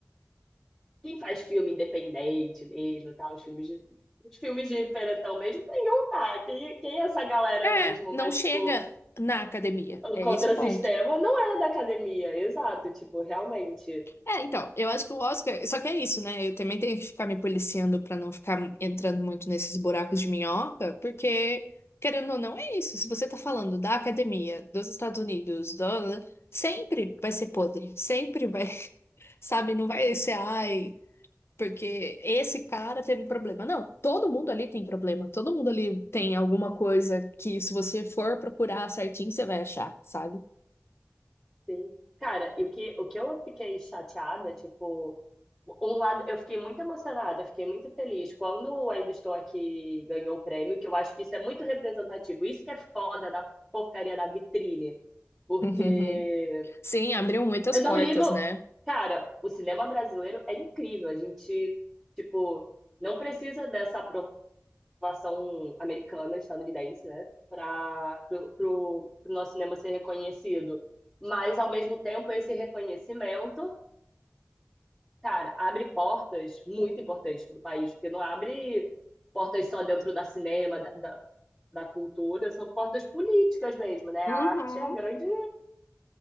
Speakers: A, in the centre; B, on the left.
A: Quem faz filme independente mesmo, tal, os filmes de, os filmes de diferentão mesmo, nenhum tá. Quem, quem é essa galera
B: É,
A: mesmo?
B: não
A: Mas,
B: chega
A: tipo,
B: na academia. É
A: contra
B: esse o
A: o
B: ponto.
A: sistema não é da academia, exato, tipo, realmente.
B: É, então, eu acho que o Oscar. Só que é isso, né? Eu também tenho que ficar me policiando pra não ficar entrando muito nesses buracos de minhoca, porque, querendo ou não, é isso. Se você tá falando da academia, dos Estados Unidos, do... sempre vai ser podre. Sempre vai, <laughs> sabe? Não vai ser, ai. Porque esse cara teve problema. Não, todo mundo ali tem problema. Todo mundo ali tem alguma coisa que, se você for procurar certinho, você vai achar, sabe?
A: Sim. Cara, e o que, o que eu fiquei chateada, tipo, um lado, eu fiquei muito emocionada, eu fiquei muito feliz quando o Ainda Estou Aqui ganhou o prêmio, que eu acho que isso é muito representativo. Isso que é foda da porcaria da vitrine, porque
B: <laughs> Sim, abriu muitas
A: Eu
B: portas,
A: não ligo.
B: né?
A: Cara, o cinema brasileiro é incrível. A gente, tipo, não precisa dessa aprovação americana, estadunidense, né? Para pro, pro, pro nosso cinema ser reconhecido. Mas, ao mesmo tempo, esse reconhecimento, cara, abre portas muito importantes para o país, porque não abre portas só dentro da cinema, da, da, da cultura, são portas políticas mesmo, né?
B: Uhum.
A: A arte é a grande.